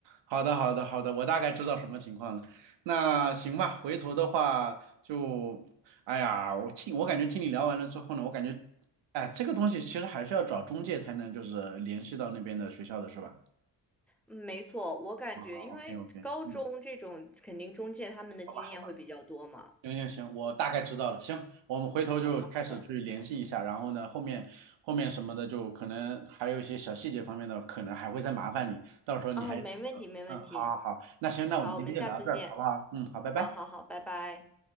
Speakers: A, on the right (about 85°); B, in the centre.
A: 好的好的好的，我大概知道什么情况了。那行吧，回头的话就，哎呀，我听我感觉听你聊完了之后呢，我感觉，哎，这个东西其实还是要找中介才能就是联系到那边的学校的是吧？
B: 嗯没错，我感觉因为高中这种肯定中介他们的经验会比较多嘛。
A: 好好，OK OK，嗯，好吧好吧。行行行，我大概知道了。行，我们回头就开始去联系一下，
B: 好的，好的，
A: 然后呢，后面后面什么的，就可能还有一些小细节方面的，可能还会再麻烦你，到时候你还，
B: 哦，没问题，没问题。
A: 嗯，好好好，那行，那我们今天就聊到这儿，
B: 好，我们下次见。
A: 好不好？嗯，好，拜拜。
B: 好好好，拜拜。